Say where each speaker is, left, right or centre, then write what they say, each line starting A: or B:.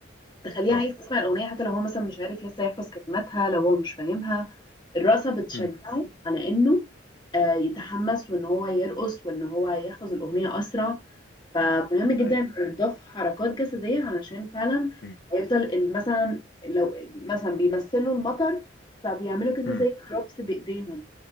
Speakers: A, on the left; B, on the left.
A: تخليه
B: اه
A: عايز يسمع الأغنية حتى لو هو مثلا مش عارف لسه يحفظ كلماتها لو هو مش فاهمها الرقصة بتشجعه
B: امم
A: على إنه آه، يتحمس وإن هو يرقص وإن هو يحفظ الأغنية أسرع فمهم
B: امم
A: جدا
B: اي
A: إنه يضاف حركات جسدية علشان فعلا
B: امم
A: هيفضل ال- مثلا لو مثلا بيمثلوا المطر فبيعملوا كده
B: امم
A: زي دروبس بإيديهم